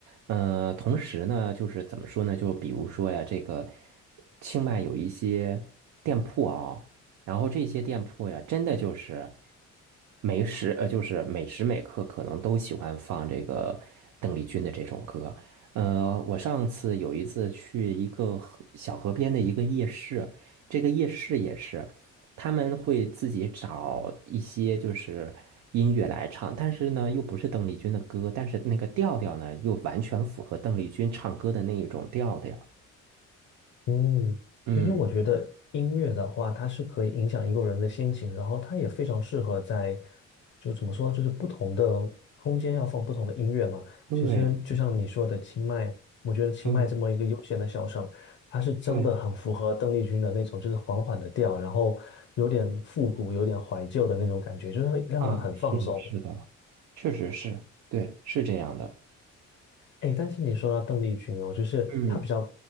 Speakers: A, on the right; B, on the left.
A: 呃，同时呢，就是怎么说呢？就比如说呀，这个清迈有一些店铺啊，然后这些店铺呀，真的就是每时呃，就是每时每刻可能都喜欢放这个邓丽君的这种歌。呃，我上次有一次去一个河小河边的一个夜市，这个夜市也是，他们会自己找一些就是音乐来唱，但是呢又不是邓丽君的歌，但是那个调调呢又完全符合邓丽君唱歌的那一种调调。
B: 嗯，
A: 嗯，
B: 其实我觉得音乐的话，它是可以影响一个人的心情，然后它也非常适合在，就怎么说，就是不同的空间要放不同的音乐嘛。其实就像你说的清迈，
A: 对
B: 我觉得清迈这么一个悠闲的小城，
A: 对
B: 它是真的很符合邓丽君的那种，
A: 对，
B: 就是缓缓的调，然后有点复古、有点怀旧的那种感觉，就是会让人很放松。
A: 啊，是的，是的，确实是，对，是这样的。
B: 哎，但是你说到邓丽君哦，就是她比较，
A: 嗯